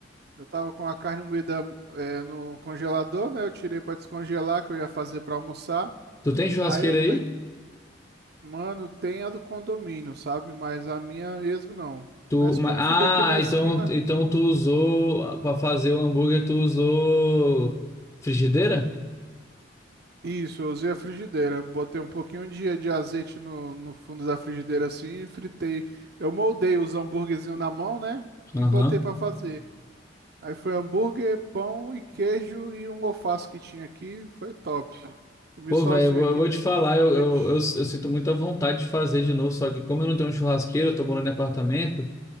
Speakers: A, on the right (about 55°); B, on the left (about 15°).
A: Eu tava com a carne moída é, no congelador, né? Eu tirei pra descongelar, que eu ia fazer pra almoçar.
B: Tu tem churrasqueira
A: Aí eu peguei,
B: aí?
A: mano, tem a do condomínio, sabe? Mas a minha mesmo não.
B: Tu,
A: Mas
B: ma-
A: como fica aqui na
B: ah,
A: esquina,
B: então, então tu usou pra fazer o hambúrguer, tu usou frigideira?
A: isso, eu usei a frigideira. Botei um pouquinho de, de azeite no, no fundo da frigideira assim e fritei. Eu moldei os hambúrguerzinhos na mão, né? E
B: Aham.
A: botei pra fazer. Aí foi hambúrguer, pão e queijo e um alface que tinha aqui. Foi top. Comi
B: Pô,
A: sozinho
B: velho, eu, vou
A: aqui
B: eu vou
A: de
B: te falar, eu,
A: noite.
B: eu, eu, eu sinto muita vontade de fazer de novo, só que como eu não tenho um churrasqueiro, eu tô morando em apartamento,